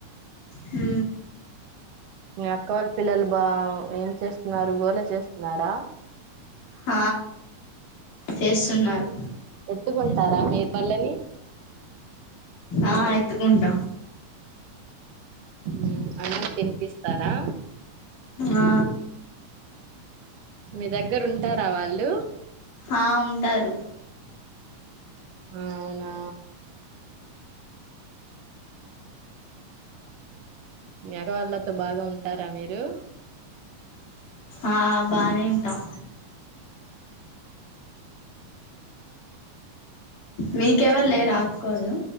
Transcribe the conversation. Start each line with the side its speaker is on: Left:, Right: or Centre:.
Left: హు
Right: న అక్క వాళ్ళ పిల్లలు బా ఏం చేస్త న్నారు గోళ చేస్తున్నారా
Left: హ చేస్తున్నారు
Right: ఎత్తుకుంటారా మీరు పళ్ళని
Left: ఆ ఎత్తుకుంటాం
Right: ఉ అన్నం తినిపిస్తారా
Left: ఆ
Right: మీ దగ్గర ఉంటారా వాళ్ళు
Left: ఆ ఉంటారు
Right: ఆ అవునా మీ ఆడవాళ్ళతో బాగా ఉంటారా మీరు
Left: ఆ బానే ఉంటాం మీకెవరు లేరా అకోల్లు